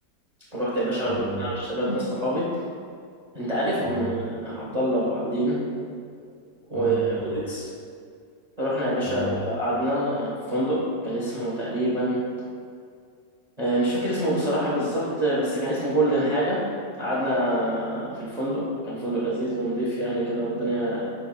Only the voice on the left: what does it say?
اه
مم.
اه عارفهم
مم.